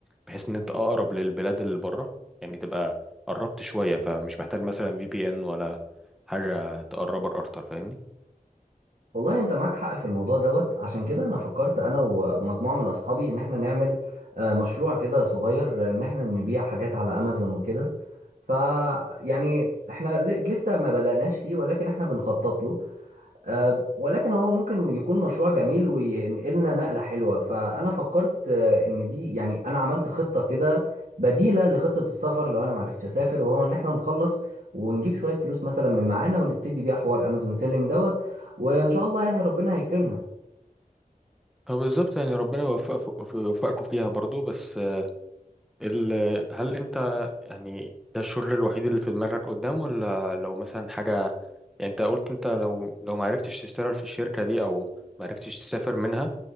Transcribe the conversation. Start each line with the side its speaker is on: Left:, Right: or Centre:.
Centre: بحيث ان انت اقرب للبلاد اللي بره يعني تبقى قربت شويه فمش محتاج مثلا في بي ان ولا حاجه تقربك اكتر فاهمني
Right: والله انت معاك حق في الموضوع دوت عشان كده انا فكرت انا ومجموعه من اصحابي ان احنا نعمل آه، مشروع كده صغير آه، ان احنا نبيع حاجات على امازون وكده ف يعني احنا ل- لسه ما بدأناش فيه ولكن احنا بنخطط له آه، ولكن هو ممكن يكون مشروع جميل وينقلنا نقلة حلوة فأنا فكرت آه، إن دي يعني أنا عملت خطة كده بديلة لخطة السفر لو أنا معرفتش أسافر وهو إن إحنا نخلص ونجيب شوية فلوس مثلا من معانا ونبتدي بيها حوار أمازون سيلينج دوت وإن شاء الله يعني ربنا هيكرمنا
Centre: فبالظبط يعني ربنا يوفقك يوفقكم فيها برضو بس ال... هل انت يعني ده الشغل الوحيد اللي في دماغك قدام ولا لو مثلا حاجه يعني انت قلت انت لو لو ما عرفتش تشتغل في الشركه دي او ما عرفتش تسافر منها